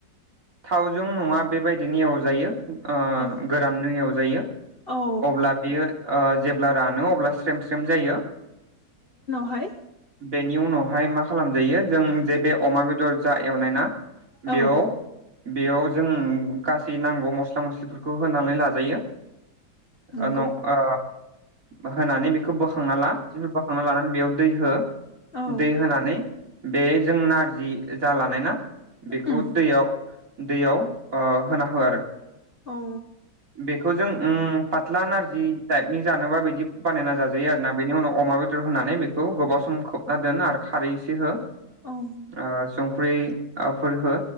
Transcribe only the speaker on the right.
थावजों नङा बेबायदिनो एवजायो ओ
गोराननो एव जायो
अब्ला बियो ओ जेब्ला रानो अ ब्ला स्रेम स्रेम जायो
बेनि उनावहाय मा खालामजायो जों जे बे अमा बेदर जा एवनाय ना
बेयाव बेयाव जों गासै नांगौ मस्ला मस्लिफोरखौ होनानै लाजायो
ओ न आ मा होनानै बे बोखांना ला बेनि‌ बा बेयाव दै हो
दै होनानै बे जों नारजि जालानाय ना बेखौ
दैयाव दैयाव ओ होना हो आरो
बेखो खौ जों उम फाथ्ला नारजि टाइप नि जानोबा बिबदि बानायना जा जायो आरोना बेनि उनाव अमा बेदर होनानै बेखौ गोबाव सम खोबना दोन आरो खारै एसे हो आ
संख्रि आ फोर हो